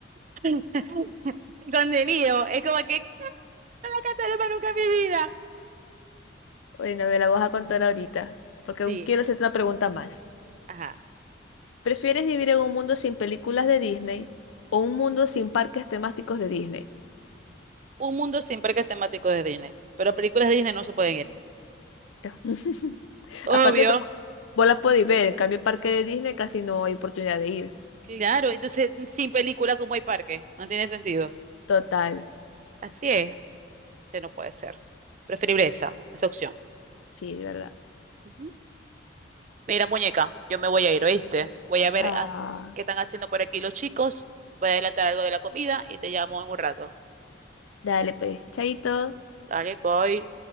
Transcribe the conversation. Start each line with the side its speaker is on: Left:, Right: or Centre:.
Right: <laughs> El contenido es como que no la cantaré más nunca en mi vida.
Left: Bueno, me la vas a contar ahorita, porque aún
Right: Sí,
Left: quiero hacerte una pregunta más.
Right: ajá.
Left: ¿Prefieres vivir en un mundo sin películas de Disney o un mundo sin parques temáticos de Disney?
Right: Un mundo sin parques temáticos de Disney. Pero películas de Disney no se pueden ir.
Left: <laughs>
Right: Obvio.
Left: Aparte que vos las podéis ver, en cambio, parque de Disney casi no hay oportunidad de ir.
Right: Claro, entonces sin películas como hay parques. No tiene sentido.
Left: Total,
Right: Así es. Sí, no puede ser. Preferible esa, esa opción.
Left: sí, de verdad.
Right: Ujú. Mira, muñeca, yo me voy a ir, ¿oíste? Voy a ver
Left: Ah,
Right: a- qué están haciendo por aquí los chicos. Voy a adelantar algo de la comida y te llamo en un rato.
Left: dale pues, chaito.
Right: Dale, voy.